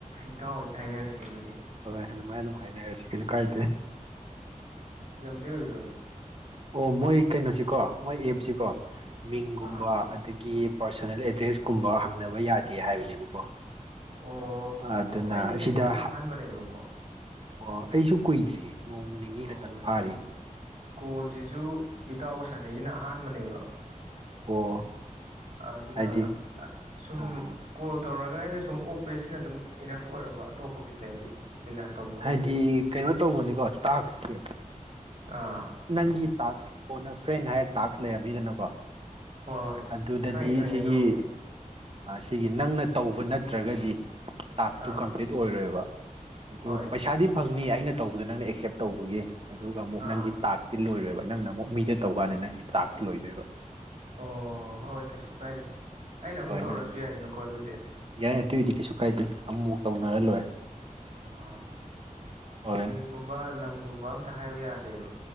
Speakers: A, on the right; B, on the right.
A: ꯏꯇꯑꯣ ꯏꯇ ꯍꯥꯏꯅꯔꯁꯤ ꯑꯗꯨꯗꯤ
B: ꯍꯣꯏ ꯑꯗꯨꯃꯥꯏꯅ ꯑꯗꯨꯝ ꯍꯥꯏꯅꯔꯁꯤ ꯀꯩꯁꯨ ꯀꯥꯏꯗꯦ
A: ꯑꯗꯨ ꯑꯣꯏꯕꯤꯔꯣ
B: ꯑꯣ ꯃꯣꯏ ꯀꯩꯅꯣꯁꯤꯀꯣ ꯃꯣꯏ ꯑꯦꯞꯁꯤꯀꯣ ꯃꯤꯡꯒꯨꯝꯕ
A: ꯑꯥ
B: ꯑꯗꯒꯤ ꯄꯥꯔꯁꯣꯅꯦꯜ ꯑꯦꯗ꯭ꯔꯦꯁ ꯀꯨꯝꯕ ꯍꯪꯅꯕ ꯌꯥꯗꯦ ꯍꯥꯏꯕꯅꯦꯕꯀꯣ
A: ꯑꯣ
B: ꯑꯗꯨꯅ
A: ꯑꯣ ꯑꯩꯗꯤ
B: ꯑꯁꯤꯗ
A: ꯉꯁꯤ ꯑꯍꯥꯟꯕꯅꯦꯕꯀꯣ
B: ꯑꯣ ꯑꯩꯁꯨ ꯀꯨꯏꯗ꯭ꯔꯤꯌꯦ ꯅꯣꯡ ꯅꯤꯅꯤ
A: ꯑꯣ
B: ꯈꯛꯇꯪ ꯐꯥꯔꯤ
A: ꯁꯤ ꯀꯣꯜꯁꯤꯁꯨ ꯁꯤ ꯏꯇꯥꯎꯕ ꯁꯥꯟꯅꯩꯁꯤꯅ ꯑꯍꯥꯟꯕꯅꯦꯕ
B: ꯑꯣ
A: ꯑꯗꯨꯅ
B: ꯍꯥꯏꯗꯤ
A: ꯁꯨꯝ
B: ꯑ
A: ꯀꯣꯜ ꯇꯧꯔ ꯥꯏꯅ ꯁꯨꯝ ꯑꯣꯛꯄꯁꯤꯅ ꯑꯗꯨꯝ ꯏꯅꯐ ꯑꯣꯏꯔꯕ ꯑꯇꯣꯞꯄ ꯀꯩꯀꯩ ꯀꯩꯀꯥ ꯇꯧꯗꯧ
B: ꯍꯥꯏꯗꯤ ꯀꯩꯅꯣ ꯇꯧꯕꯅꯤꯀꯣ ꯇꯥꯛꯁꯦ
A: ꯑꯥ
B: ꯅꯪꯒꯤ ꯇꯥꯛꯁ ꯀꯣꯟꯅ ꯐ꯭ꯔꯦꯟ ꯍꯥꯏꯔꯦ ꯇꯥꯛꯁ ꯂꯩꯔꯝꯃꯤꯗꯅꯀꯣ
A: ꯍꯣꯏ ꯍꯣꯏ
B: ꯑꯗꯨꯗꯗꯤ
A: ꯈꯪꯉꯦ ꯈꯪꯉꯦ
B: ꯁꯤꯒꯤ
A: ꯑꯗꯨꯕꯨꯗꯤ
B: ꯁꯤꯒꯤ ꯅꯪꯅ ꯇꯧꯕ ꯅꯠꯇ꯭ꯔꯒꯗꯤ ꯇꯥꯛꯁꯇꯨ
A: ꯑꯥ
B: ꯀꯝꯄ꯭ꯂꯤꯠ ꯑꯣꯏꯔꯣꯏꯕ ꯑꯗꯨ
A: ꯍꯣꯏ
B: ꯄꯩꯁꯥꯗꯤ ꯐꯪꯅꯤ ꯑꯩꯅ ꯇꯧꯕꯗꯣ ꯅꯪꯅ ꯑꯦꯛꯁꯦꯞ ꯇꯧꯕꯒꯤ ꯑꯗꯨꯒ ꯑꯃꯨꯛ
A: ꯑꯥ
B: ꯅꯪꯒꯤ ꯇꯥꯛꯁꯇꯤ ꯂꯣꯏꯔꯣꯏꯕ ꯅꯪꯅ ꯑꯃꯨꯛ ꯃꯤꯗ ꯇꯧꯀꯥꯟꯗ ꯅꯪꯒꯤ ꯇꯥꯛꯁ ꯂꯣꯏꯗꯣꯏꯕ
A: ꯑꯣ ꯍꯣꯏ ꯀꯩꯁꯨ ꯀꯥꯏꯗꯦ ꯑꯩꯅ ꯑꯃꯨꯛ
B: ꯍꯣꯏ
A: ꯇꯧꯔꯛꯁꯨ
B: ꯑꯗꯨꯃꯥꯏꯅ
A: ꯌꯥꯏꯗꯅꯀꯣ ꯑꯗꯨꯗꯤ
B: ꯌꯥꯏ ꯑꯗꯨꯏꯗꯤ ꯀꯩꯁꯨ ꯀꯥꯏꯗꯦ ꯑꯃꯨꯛꯐꯥꯎꯛ ꯇꯧꯅꯔ ꯂꯣꯏꯔꯦ
A: ꯑ
B: ꯍꯣꯏ
A: ꯍꯃꯤꯡꯒꯨꯝꯕ ꯂꯝꯒꯨꯝꯕ ꯑꯝꯇ ꯍꯥꯏꯕ ꯌꯥꯗꯦꯕ